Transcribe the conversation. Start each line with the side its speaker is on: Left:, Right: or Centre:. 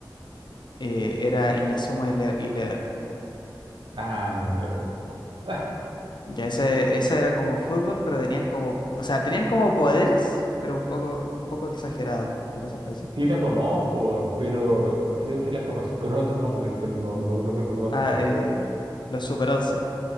Left: eh, era Inazuma Ele- Eleven.
Right: Ah, no no la conozco. <laughs>
Left: Ya ese, ese era como fútbol, pero tenían como, o sea, tenían como poderes, pero un poco, un poco exagerados, por decirlo así.
Right: Sí la conozco, pero creo que la conocí con otro nombre, pero no logro recordar
Left: Ah,
Right: cuál.
Left: eh, los Super once